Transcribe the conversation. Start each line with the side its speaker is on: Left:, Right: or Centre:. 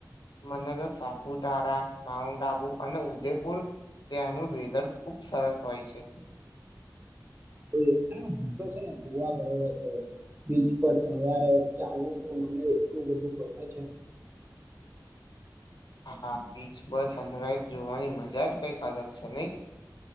Left: મનને તો સાપુતારા, માઉન્ટ આબુ અને ઉદયપુર ત્યાંનું વેધર ખુબ સરસ હોય છ છે.
Right: ઓ, હું તો છે ને ગોવા ગયો હતો બીચ પર સવારે ચાલવ તો મને એટલું બધું ગમે છે.
Left: <inaudible> હા બીચ પર સનરાઈઝ જોવાની મજા જ કઈક અલગ છે. નહી?